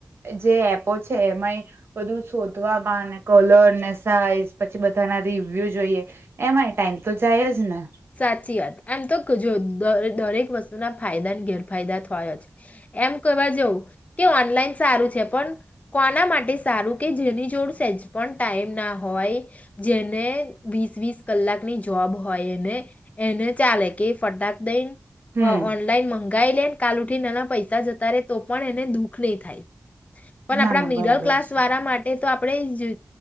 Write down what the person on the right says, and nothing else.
જે એપો છે એમાંય બધું શોધવામાં કલર ને સાઈઝ પછી બધાના રિવ્યુ જોઈએ એમાંય ટાઈમ તો જાય જ ને
હમ
ના
ના
બરાબર
છે